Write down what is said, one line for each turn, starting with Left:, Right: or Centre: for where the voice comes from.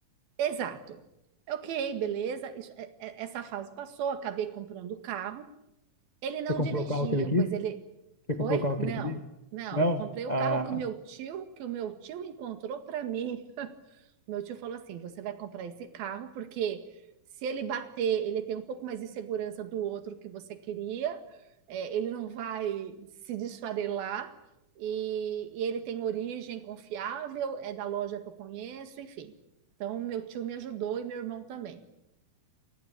Right: Exato. Ok, beleza. isso- é- é- essa fase passou, acabei comprando o carro. Ele não
Left: Você comprou
Right: dirigia,
Left: o carro que ele quis?
Right: pois ele,
Left: Você comprou
Right: oi?
Left: o carro que
Right: Não.
Left: ele queria?
Right: Não,
Left: Não?
Right: eu comprei o
Left: Ah,
Right: carro que o meu tio, que o meu tio encontrou para mim. Meu tio falou assim: você vai comprar esse carro, porque se ele bater, ele tem um pouco mais de segurança do outro que você queria, é, ele não vai se desfarelar, e, e ele tem origem confiável, é da loja que eu conheço, enfim. Então, meu tio me ajudou e meu irmão também.